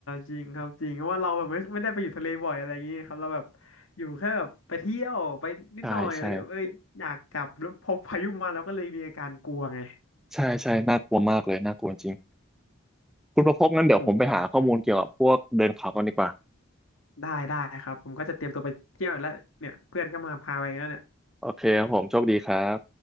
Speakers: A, on the left (about 70°); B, in the centre.
A: จริงครับจริงเพราะว่าเราแบบไม่ไม่ได้ไปอยู่ทะเลบ่อยอะไรอย่างงี้ครับเราแบบอยู่แค่แบบไปเที่ยวไปนิดหน่อยแล้วก็เอ้ยอยากกลับแล้วพอพายุมาเราก็เลยมีอาการกลัวไง
B: ใช่ใช่ใช่ใช่น่ากลัวมากเลยน่ากลัวจริง คุณประพบงั้นเดี๋ยวผมไปหาข้อมูลเกี่ยวกับพวกเดินเขากันดีกว่า
A: โอ้ได้ได้ครับผมก็จะเตรียมตัวไปเที่ยวแล้วเนี่ยเพื่อนก็มาพาไปแล้วเนี่ย
B: โอเคครับผมโชคดีครับ